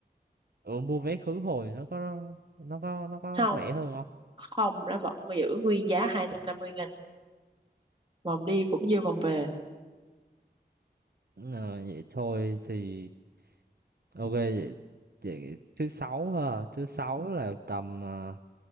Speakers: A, on the right; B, on the right.
A: ủa mua vé khứ hồi nó có nó có nó có
B: không
A: rẻ hơn không
B: không nó vẫn giữ nguyên giá hai trăm năm mươi nghìn vòng đi cũng như vòng về
A: Ờ, vậy thôi thì ok vậy, vậy thứ sáu ha thứ sáu là tầm à,